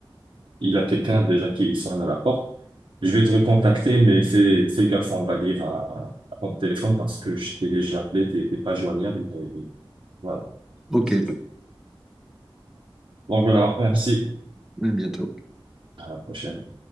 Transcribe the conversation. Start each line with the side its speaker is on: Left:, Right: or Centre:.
Right: il y a quelqu'un déjà qui sonne à la porte. Je vais te recontacter, mais fais, fais gaffe, on va dire, à, à ton téléphone parce que je t'ai déjà appelé, t'es t'es pas joignable. Et Voilà,
Centre: Ok,
Right: c'est tout. Donc voilà, merci.
Centre: Ouais, à bientôt.
Right: À la prochaine.